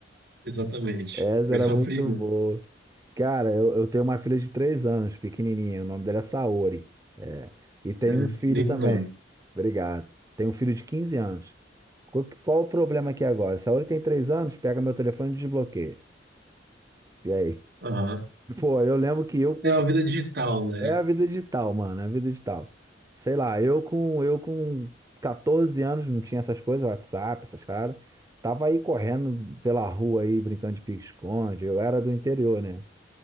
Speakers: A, on the right; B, on the right.
A: exatamente.
B: Essa
A: Versão
B: era muito
A: freemium.
B: boa. Cara, eu, eu tenho uma filha de três anos, pequenininha. O nome dela é Saori. É. E tem
A: Uhum,
B: um filho
A: lindo
B: também.
A: nome.
B: Obrigado. Tem um filho de 15 anos. Qual, qual o problema aqui agora? Saori tem três anos, pega meu telefone e desbloqueia. E aí?
A: Aham.
B: <laughs> Pô, eu lembro que eu com.
A: É uma vida digital, né?
B: É a vida digital, mano, é a vida digital. Sei lá, eu com, eu com 14 anos, não tinha essas coisas, WhatsApp, essas paradas. Tava aí correndo pela rua aí, brincando de pique-esconde. Eu era do interior, né?